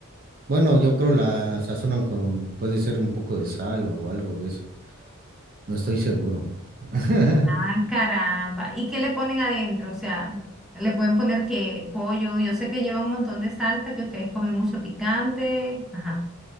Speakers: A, on the right; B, in the centre.
A: Bueno, yo creo la sazonan con, puede ser un poco de sal o algo de eso. No estoy seguro. <laughs>
B: Ah, caramba. ¿Y qué le ponen adentro? O sea, le pueden poner que pollo. Yo sé que lleva un montón de salsa, que ustedes comen mucho picante. Ajá.